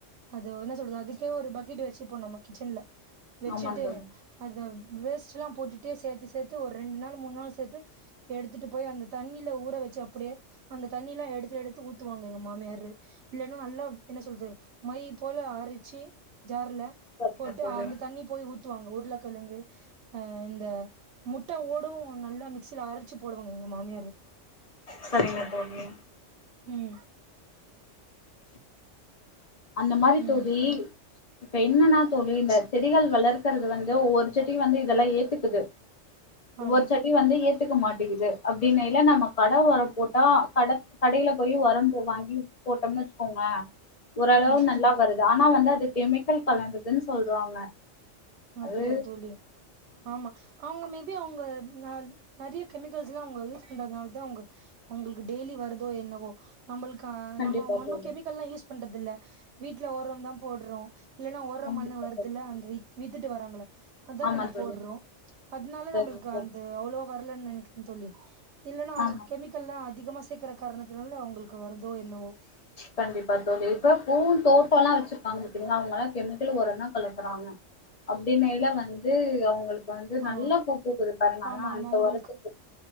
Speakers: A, on the right; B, on the left.
A: அது என்ன சொல்றது அதுக்கே ஒரு பக்கெட் வச்சுப்போ நம்ம கிச்சன்ல வெச்சுட்டு
B: ஆமா தோழி
A: அத வேஸ்ட்ல்லா போட்டுட்டு சேத்து சேத்து ஒரு ரெண்டு நாள் மூணு நாள் சேத்து எடுத்துட்டு போய் அந்த தண்ணில ஊற வச்சு அப்டியே அந்த தண்ணில்லா எடுத்து எடுத்து ஊத் துவாங்க எங்க மாமியரு இல்லேன்னா நல்லா என்ன சொல்து மை போல அரச்சு ஜார்ல
B: சரிங்க
A: போட்டு
B: தோழி
A: அந்த தண்ணி போய் ஊத்துவாங்க உருளக்கெழங்கு அ இந்த முட்ட ஓடு நல்லா மிக்சியில அரைச்சு போடுவாங்க எங்க மாமியாரு
B: செரிங்க தோழி
A: ம்
B: அந்த மாரி
A: ம்
B: தோழி இப்ப என்னன்னா தோழி இந்த செடிகள் வளர் கறது வந்து ஒவ்வொரு செடி வந்து இதெல்லா ஏத்துக்குது ஒவ்வொரு
A: ஆமா
B: செடி டி வந்து ஏத்துக்க மாட்டேங்குது அப்டின்னேல்ல நம்ம கட உர போட்டா கட கடேயில போய் உரம் வாங்கி போட்டோம்னு வச்சுக்கோங்கலே ஓரளவு
A: ம்
B: நல்லா வருது ஆனா வந்து அது கெமிக்கல் கலந்ததுன் சொல்றாங்க அது
A: அப்டியா தோழி ஆமா அவுங்க மேபி அவுங்க நல் நெறய கெமிக்கல்ஸ்லா அவுங்க யூஸ் பண்றதுனால தா அவுங்க அவுங்களுக்கு டெய்லி வருதோ என்னவோ நம்மளுக்கு அ
B: கண்டிப்பா
A: நம்ம ஒன்னு
B: தோழி
A: கெமிக்கல்லா யூஸ் பண்றது இல்ல வீட்ல ஒரம் தா போட்றோ இல்லன்னா ஒர
B: கண்டிப்பா
A: மண்ணு வருதுல்ல
B: தோழி
A: அந்த வித் வித்துட்டு வராங்கள அதா
B: ஆமா
A: நம்ம
B: தோழி
A: போட்றோ அதனால
B: சரிங்க
A: நம்மளுக்கு
B: தோழி
A: அந்த அவ்ளோவா வரலன்னு நெனைக்குறே தோழி இல்லன்னா அவுங்க
B: ஆமா
A: கெமிக்கல்லா அதிகமா சேக்குற காரணத்துனால அவுங்களுக்கு வருதோ என்னவோ
B: கண்டிப்பா தோழி இப்ப பூந் தோட்டோல்லா வச்சுருக்காங்க பாத்தீங்கன்னா அவுங்கல்லா கெமிக்கல் ஒரம் தா கலக்குறாங்க அப்டினேல வந்து அவங்களுக்கு வந்து
A: ஆ
B: நல்ல பூ பூக்குது பாருங்க
A: ஆமா
B: அதா அந்த
A: ஆமா உங்களுக்கு
B: உரத்துக்கு